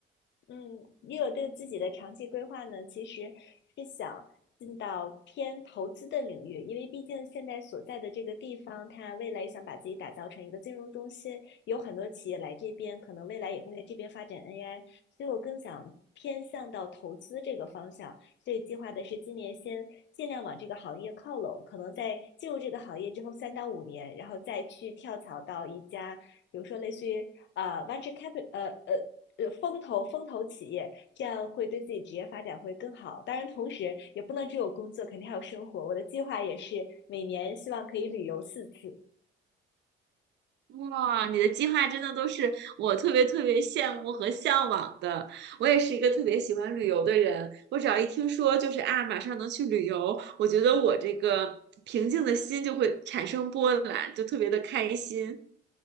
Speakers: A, on the left (about 65°); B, on the right (about 65°).
A: 嗯，也有对自己的长期规划呢，其实是想进到偏投资的领域，因为毕竟现在所在的这个地方，它未来想把自己打造成一个金融中心，有很多企业来这边，可能未来也会在这边发展 AI，所以我更想偏向到投资这个方向，所以计划的是今年先尽量往这个行业靠拢，可能在进入这个行业之后三到五年，然后再去跳槽到一家，比如说类似于啊、呃 venture capital，呃呃呃风投风投企业，这样会对自己职业发展会更好。当然，同时也不能只有工作，肯定还有生活。我的计划也是每年希望可以旅游四次。
B: 哇，你的计划真的都是我特别特别羡慕和向往的。我也是一个特别喜欢旅游的人，我只要一听说就是啊，马上能去旅游，我觉得我这个平静的心就会产生波澜，就特别的开心。